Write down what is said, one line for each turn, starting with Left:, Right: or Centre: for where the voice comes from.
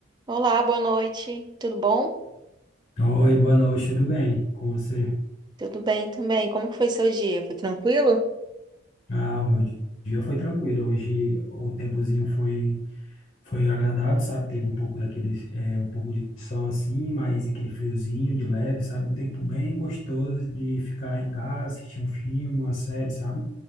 Right: Olá, boa noite. Tudo bom?
Left: Oi, boa noite, tudo bem com você?
Right: Tudo bem também. Como que foi seu dia? Foi tranquilo?
Left: Ah, o meu di- dia foi tranquilo. Hoje o tempozinho foi foi agradável, sabe? Teve um pouco daquele é, um pouco de sol assim, mas aquele friozinho de leve, sabe? Um tempo bem gostoso de ficar em casa, assistir um filme, uma série, sabe?